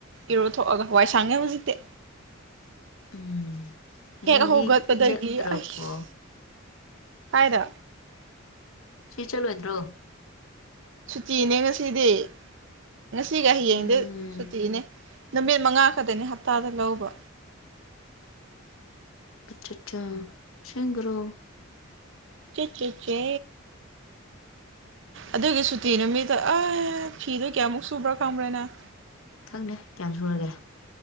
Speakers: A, on the right; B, on the left.
A: ꯏꯔꯨ ꯊꯣꯛꯑꯒ ꯋꯥꯏ ꯁꯪꯉꯦ ꯍꯧꯖꯤꯛꯇꯤ
B: ꯎꯝ
A: ꯍꯦꯛ
B: ꯅꯗꯤ
A: ꯍꯧꯒꯠꯄꯗꯒꯤ
B: ꯆꯠꯇ꯭ꯔꯥꯕꯣ
A: ꯑꯩꯁ ꯀꯥꯏꯗ
B: ꯁꯤ ꯆꯠꯂꯣꯏꯗ꯭ꯔꯣ
A: ꯁꯨꯇꯤꯅꯦ ꯉꯁꯤꯗꯤ ꯉꯁꯤꯒ ꯍꯌꯦꯡꯗ
B: ꯎꯝ
A: ꯁꯨꯇꯤꯅꯦ ꯅꯨꯃꯤꯠ ꯃꯉꯥ ꯈꯛꯇꯅꯤ ꯍꯞꯇꯥꯗ ꯂꯧꯕ
B: ꯑꯆꯠꯁꯥ ꯑꯁꯦꯡꯕꯔꯣ
A: ꯆꯤꯠ ꯆꯤꯠꯆꯦ ꯑꯗꯨꯒꯤ ꯁꯨꯇꯤ ꯅꯨꯃꯤꯠꯇꯣ ꯑꯥ ꯐꯤꯗꯣ ꯀꯌꯥꯝꯃꯨꯛ ꯁꯨꯕ꯭ꯔꯥ ꯈꯪꯕ꯭ꯔꯥ ꯅꯪ
B: ꯈꯪꯗꯦ ꯀꯌꯥꯝ ꯁꯨꯔꯒꯦ